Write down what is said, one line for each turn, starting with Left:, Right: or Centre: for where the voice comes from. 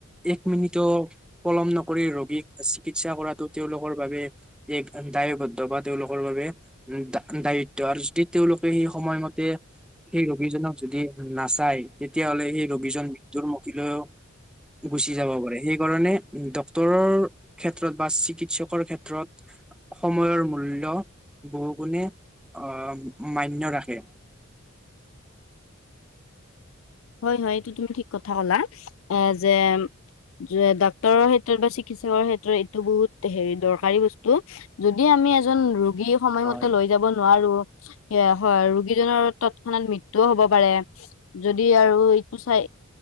Centre: এক মিনিট পলম নকৰি ৰোগীক চিকিৎসা কৰাটো তেওঁলোকৰ বাবে এক দায়বদ্ধ বা তেওঁলোকৰ বাবে দায়িত্ব আৰু যদি তেওঁলোক সেই সময়মতে সেই ৰোগীজনক যদি নাচায় তেতিয়াহলে সেই ৰোগীজন মৃত্যুৰ মুখিলৈও গুচি যাব পাৰে সেইকাৰণে ডক্তৰৰ ক্ষেত্ৰত বা চিকিৎসকৰ ক্ষেত্ৰত সময়ৰ মূল্য বহুগুণে আহ, মান্য ৰাখে।
Left: হয় -হয় এইটো তুমি ঠিক কথা কলা এ যে যে ডাক্তৰৰ ক্ষেত্ৰত বা চিকিৎসকৰ ক্ষেত্ৰত এইটো বহুত হেৰি দৰকাৰী বস্তু। স্তু যদি আমি এজন ৰোগী সময়মতে
Centre: হয়
Left: লৈ যাব নোৱাৰো সেইয়া হয় ৰোগীজনৰ তৎক্ষণাত মৃত্যুও হব পাৰে যদি আৰু চাই